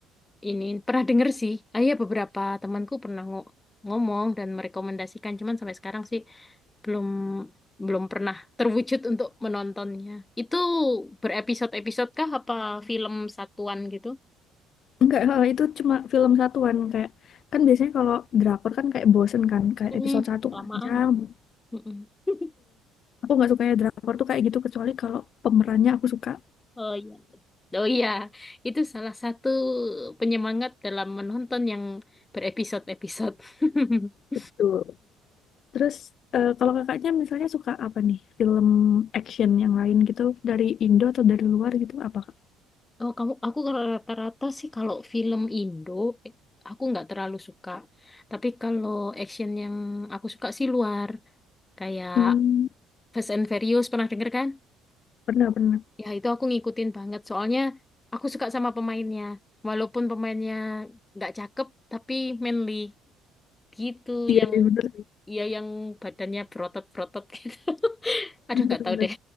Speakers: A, on the left (about 20°); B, on the left (about 45°).
A: ini pernah denger sih. Ah, iya beberapa temanku pernah ngo- ngomong dan merekomendasikan, cuman sampai sekarang sih belum belum pernah terwujud untuk menontonnya. Itu berepisode-episode kah apa film satuan gitu?
B: Enggak, eh, itu cuma film satuan kayak kan biasanya kalau drakor kan kayak bosen kan kayak
A: Hmm,
B: episode satu
A: lamaan.
B: panjang gitu.
A: Mm-mm. <laughs>
B: Aku nggak suka ya drakor tuh kayak gitu kecuali kalau pemerannya aku suka.
A: Oh iya. Oh iya, itu salah satu penyemangat dalam menonton yang berepisode-episode. <laughs>
B: Betul. Terus eh, kalau kakaknya misalnya suka apa nih film action yang lain gitu dari Indo atau dari luar gitu apa kak?
A: Oh, kamu aku kalau rata-rata sih kalau film Indo eh, aku nggak terlalu suka. Tapi kalau action yang aku suka sih luar kayak
B: Hmm,
A: Fast and Furious pernah denger kan?
B: pernah pernah.
A: Ya itu aku ngikutin banget soalnya aku suka sama pemainnya. Walaupun pemainnya nggak cakep tapi manly gitu
B: Iya
A: yang
B: sih bener.
A: ya yang badannya berotot-berotot <laughs> gitu. Aduh
B: bener-bener
A: nggak tahu deh.